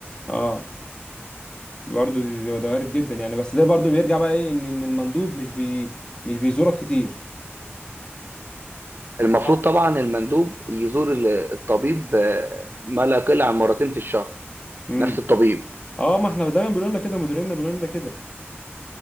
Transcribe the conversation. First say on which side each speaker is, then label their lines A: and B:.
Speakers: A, on the left; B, on the right.
A: اه برضه دي- ده وارد جدا يعني بس ده برضه بيرجع بقى ايه ان إن المندوب مش بي مش بيزورك كتير
B: المفروض
A: صح
B: طبعا المندوب يزور ال- الطبيب آه، ما لا يقل عن مرتين في الشهر
A: امم
B: نفس الطبيب
A: اه ما احنا دايما بيقولوا لنا كده مديريننا بيقولوا لنا كده